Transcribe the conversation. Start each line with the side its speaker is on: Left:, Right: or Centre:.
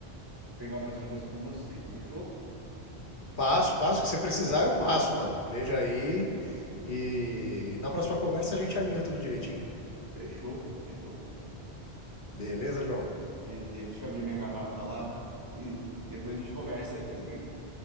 Right: pegar umas dicas com você. Fechou?
Left: Passo, passo, que você precisar, eu passo, mano. Veja aí. E na próxima conversa a gente alinha tudo direitinho.
Right: Fechou, fechou.
Left: Beleza, João?
Right: Beleza, deixa eu abrir minha garrafa lá e depois a gente conversa aí.